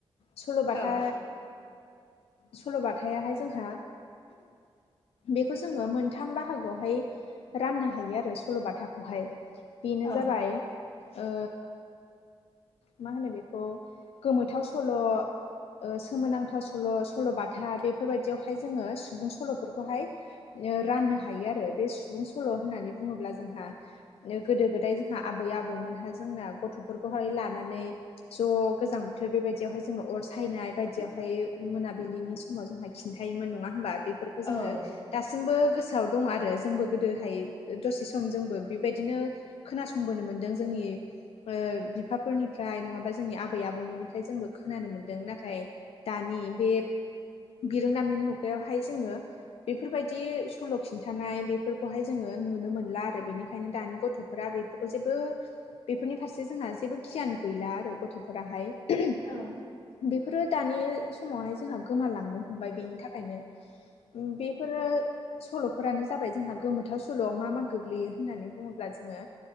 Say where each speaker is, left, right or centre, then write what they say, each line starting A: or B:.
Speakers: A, on the left (about 80°); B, on the left (about 50°).
A: सल'बाथा
B: औ
A: सल'बाथायाहाय जोंहा बेखौ जोङो मोनथाम बाहागोआवहाय राननो हायो आरो सल'बाथाखौहाय बेनो
B: औ
A: जाबाय ओ मा होनो बेखौ गोमोथाव सल' ओ सोमोनांथाव सल' सल' बाथा बेफोरबायदियावहाय जोङो सुबुं सल'फोरखौहाय ओ राननो हायो आरो बे सुबुं सल' होननानै बुङोब्ला जोंहा गोदो गोदाय जोंहा आबै आबौमोनहा जोंना गथ'फोरखौहाय लानानै ज गोजां ओमफ्राय बेबायदियावहाय जोङो अर सायनाय बायदियावहाय मोनाबिलिनि समाव जोंहा खिन्थायोमोन नङा होमबा बेफोर खौ जोङो
B: औ
A: दासिमबो गोसोआव दं आरो जोंबो गोदोहाय दसे सम जोंबो बेबायदिनो खोनासंबोनो मोन्दों जोंनि ओ बिफाफोरनिफ्राय नङाबा जोंनि आबै आबौमोननिफ्राय जोंबो खोनानो मोन्दों नाथाय दानि बे बिरोंदामिन मुगायावहाय जोङो बेफोरबायदि सल' खिन्थानाय बेफोरखौहाय जोङो नुनो मोनला आरो बेनिखायनो दानि गथ'फोरा बे खौ जेबो बेफोरनि फारसे जोंहा जेबो गियान गैला आरो गथ'फोराहाय
B: औ
A: बेफोरो दानि समावहाय जोंहा गोमालांनो हमबाय बेनि थाखायनो बेफोरो सल'फोरानो जाबाय जोंहा गोमोथाव सल'आव मा मा गोग्लैयो होननानै बुङोब्ला जोङो